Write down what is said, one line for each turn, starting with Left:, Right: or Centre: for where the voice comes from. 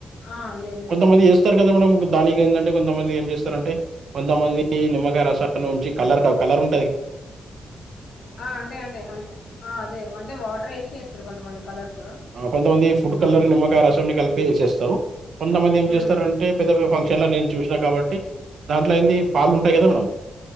Left: ఆ లేదు లేదు
Right: కొంతమంది ఏస్తరు కదా మేడమ్ దానికి ఏందంటే కొంతమంది ఏం చేస్తరంటే కొంతమంది నిమ్మకాయ రసాలనుంచి కలర్ కలర్ ఉ
Left: ఆ అంటే అంటే అంటే ఆ అదే అంటే వాటర్ వేసి చేస్తరు కొంతమంది కలర్స్
Right: ఆ కొంతమంది ఫుడ్ కలర్లో నిమ్మకాయ రసంని కలిపి వేసేస్తరు కొంతమంది ఏం
Left: మ్మ్
Right: చేస్తరంటే పెద్ద పెద్ద ఫంక్షన్లో నేను చూసిన కాబట్టి దాంట్లో ఏంది పాలు ఉం టది కదా మేడమ్